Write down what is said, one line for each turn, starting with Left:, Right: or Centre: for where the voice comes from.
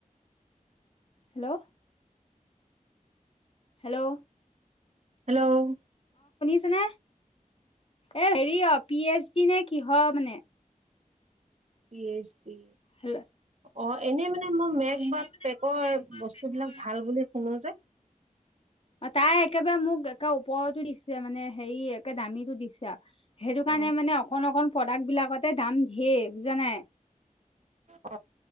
Left: হেল্ল'? হেল্ল'?
Right: হেল্ল'!
Left: চানে? এ হেৰি অ' পি এইচ-া <inaudible> নে কি হয় মানে,
Right: পি এইচ ডি,
Left: হেল্ল'
Right: অ' এনে মানে মই মেগ
Left: এনে
Right: বা
Left: মানে
Right: পেকৰ
Left: মোৰ মেক বা
Right: বস্তু
Left: মেকৰ
Right: বিলাক ভাল বুলি শুনো যে,
Left: অ' তাই একেবাৰে মোক একে ওপৰতো দিছে, মানে হেৰি একে দামীটো দিছে। সেইটো
Right: অ
Left: কাৰণে মানে অকণ অকণ প্ৰডাক্ট বিলাকতে দাম ধেৰ বুজানাই।
Right: উ।